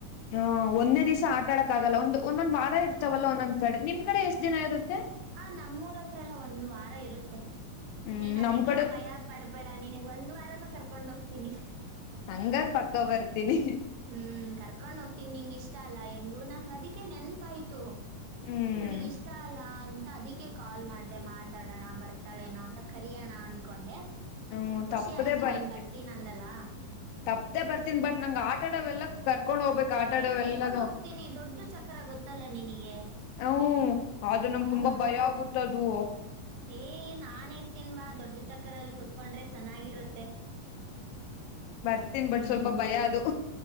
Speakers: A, on the left; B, on the right.
A: ಹ ಒಂದೇ ದಿವಸ ಆಟಾಡಕ್ ಆಗಲ್ಲ ಒಂದ್ ಒಂದೊಂದ್ ವಾರ ಇರ್ತವಲ್ಲ ಒಂದೊಂದ ಕಡೆ ನಿಮ್ ಕಡೆ ಎಷ್ಟ್ ದಿನ ಇರುತ್ತೆ
B: ಹ ನಮ್ಮೂರ್ ಹತ್ರ ಎಲ್ಲ ಒಂದ್ ದ್ ವಾರ ಇರುತ್ತೆ
A: ಹ್ಮ್
B: ನೀನ್ ಅದಕ್ಕೇನ್
A: ನಮ್ ಕಡೆ
B: ಭಯ ಪಡ್ಬೇಡ ನಿನಿಗ್ ಒಂದ ವಾರ ರನು ಕರ್ಕೊಂಡ್ ಹೋಗ್ತೀನಿ
A: ಹಂಗಾರ್ ಪಕ್ಕ ಬರ್ತೀನಿ
B: ಹ್ಮ್ ಕರ್ಕೊಂಡ್ ಹೋಗ್ತೀನಿ ನಿಂಗ ಇಷ್ಟ ಅಲ್ಲ ಹೆಂಗು ನನಿಗ್ ಅದಿಕ್ಕೆ ನೆನ್ಪಾಯ್ತು
A: ಹ್ಮ್
B: ಇವ್ಳಿಗ್ ಇಷ್ಟ ಅಲ್ಲ ಅಂತ ತ ಅದಿಕ್ಕೆ ಕಾಲ್ ಮಾಡ್ದೆ ಮಾತಾಡೋಣ ಬರ್ತಾಳೇನೋ ಅಂತ ಕರಿಯೋಣ ಅನ್ಕೊಂಡೆ
A: ಹ್ಮ
B: ಖುಷಿ
A: ತಪ್ಪದೆೇ
B: ಆಯ್ತು
A: ಬರ್ತಿ
B: ನೀನ್ ಬರ್ತೀನಂದಲ್ಲ
A: ತಪ್ಪ್ದೇ ಬರ್ತೀನಿ ಬಟ್ ನಂಗ ಆಟ ಆಡ್ ಡವೆಲ್ಲ ಕರ್ಕೊ ಕರ್ಕೊಂಡ್ ಹೋಗ್ಬೇಕ ಆಟಾಡವೆಲ್ಲನು
B: ಏ ಕರ್ಕೊಂಡ್ ಹೋಗ್ತೀನಿ ದೊಡ್ಡ ಚಕ್ರ ಗೊತ್ತಲ್ಲ ನಿನಗೆ
A: -ಹ್ಮ್ ಆದ್ರೆ ನಂಗ್
B: ಹ್ಮ್
A: ತುಂಬಾ ಭಯ ಆಗುತ್ತೆ ಅದು
B: ಏ ನಾನ್ ಇರ್ತೀನ್ ಬಾ ದೊಡ್ಡ ಚಕ್ರಲ್ಲಿ ಕುೂತ್ಕೊಂಡ್ರೆ ಚೆನ್ನಾಗಿರುತ್ತೆ
A: ಬರ್ತಿನ್
B: ಹ್ಮ್
A: ಬಟ್ ಸ್ವಲ್ಪ ಭಯ ಅದು